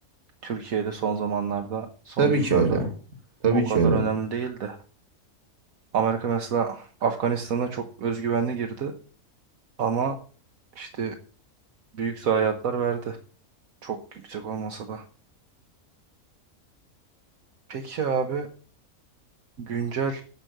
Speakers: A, on the right (about 70°); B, on the right (about 50°).
A: Türkiye'de son zamanlarda, son
B: Tabii
A: yıllarda
B: ki öyle. Tabii
A: o kadar
B: ki öyle.
A: önemli değil de. Amerika mesela Afganistan'a çok özgüvenli girdi ama işte büyük zayiatlar verdi. Çok yüksek olmasa da. Peki abi güncel